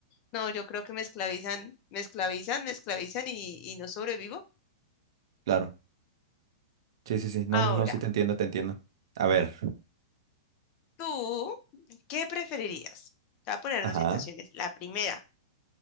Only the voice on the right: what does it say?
Claro. Sí, sí, sí. No,
no, no, sí te entiendo, te entiendo. A ver.
Ajá.